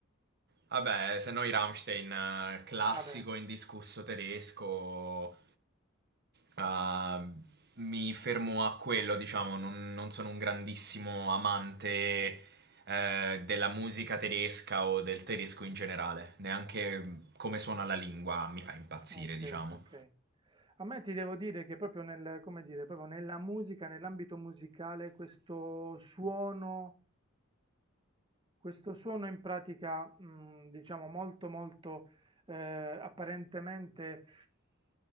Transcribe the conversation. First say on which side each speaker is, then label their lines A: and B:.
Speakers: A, on the right; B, on the right.
A: vabbè, se no i Rammstein, eh, classico
B: Vabbè.
A: indiscusso tedesco. Ah, mi fermo a quello, diciamo, non, non sono un grandissimo amante eh, della musica tedesca o del tedesco in generale, neanche come suona la lingua mi fa impazzire,
B: Ok,
A: diciamo.
B: ok. A me ti devo dire che proprio nel, come dire, proprio nella musica, nell'ambito musicale, questo suono. Questo suono in pratica, mm, diciamo molto molto eh, apparentemente,